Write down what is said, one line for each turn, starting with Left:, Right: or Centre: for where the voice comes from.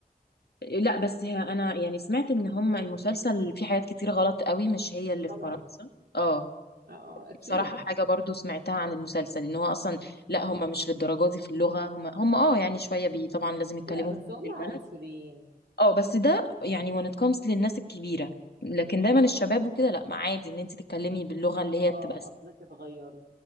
Left: لا بس هي انا يعني سمعت ان هم المسلسل فيه حاجات كتير غلط قوي مش هي اللي في
Right: طبعا
Left: فرنسا اه
Right: اه آه، اكيد
Left: بصراحه حاجه برضو سمعتها عن المسلسل ان هو اصلا لا هم مش للدرجه دي في اللغه هم هم اه يعني شويه بي طبعا لازم يتكلموا
Right: لا بس
Left: في
Right: هما
Left: البلد
Right: عنصريين
Left: اه بس ده يعني when it comes للناس الكبيرة لكن
Right: امم
Left: دايما الشباب وكده لا ما عادي ان انت تتكلمي باللغة اللي هي
Right: اه
Left: بتبقى
Right: قصدك اتغيروا